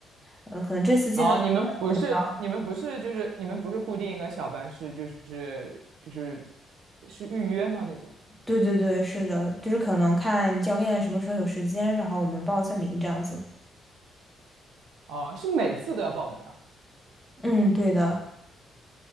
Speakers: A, in the centre; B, on the right.
A: 嗯、可能这次见到，
B: 哦，你们不是你们不是就是你们不是固定一个小班，
A: 啊
B: 是就是就是是预约吗那种？
A: 对对对，是的，就是可能看教练什么时候有时间，然后我们报一下名这样子。
B: 啊，是每次都要报名啊？
A: 嗯，对的，